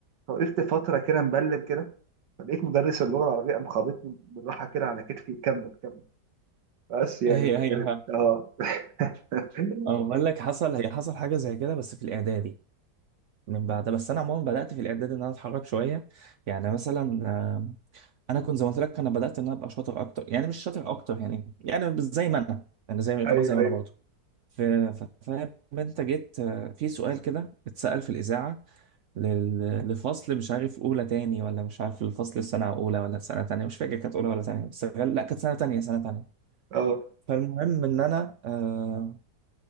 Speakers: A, on the right; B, on the right.
A: فوقفت فتره كده مبلم كده فلقيت مدرس اللغه العربيه قام خابطني بالراحه كده على كتفي كمل كمل بس يعني
B: هي
A: فكانت
B: هي فاهم
A: اه <laughs>
B: اه بقول لك حصل هي حصل حاجه زي كده بس في الاعدادي من بعد بس انا عموما بدات في الاعدادي ان انا اتحرك شويه يعني مثلا آه، انا كنت زي ما قلت لك انا بدات ان انا ابقى شاطر اكتر يعني مش شاطر اكتر يعني يعني زي ما انا انا زي ما يعتبر
A: ايوه
B: زي ما
A: ايوه
B: انا برضه ف- ف- فاهم انت جيت آه، في سؤال كده اتسال في الاذاعه لل- لفصل مش عارف اولى تاني ولا مش عارف الفصل السنه اولى ولا سنه تانية مش فاكر كانت اولى ولا تانية بس غال- لا كانت سنه تانية سنه تانية
A: اه
B: فالمهم ان انا آه،